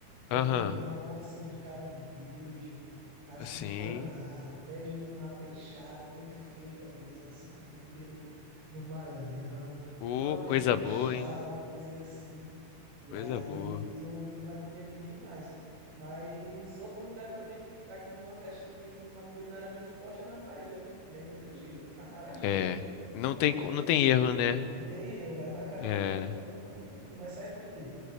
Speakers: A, on the right (about 60°); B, on the left (about 85°).
A: pede
B: Aham,
A: uma porção de caranguejo, assim,
B: sim.
A: empanado, pede uma peixada bem feita mesmo, assim, com tempero do Maranhão,
B: Ô,
A: um arroz
B: coisa
A: de cuchá,
B: boa, hein?
A: uma coisinha assim. E
B: Coisa
A: aí
B: boa.
A: tu, tu vai comer bem demais. Mas outro lugar também que aqui no Nordeste que tem uma culinária muito forte é na Bahia, né? E aí não tem jeito, acarajé.
B: É, não
A: Acarajé.
B: tem, co- não tem erro, né?
A: Não tem erro, vai na acarajé
B: É,
A: que tu não, não, não vai se arrepender.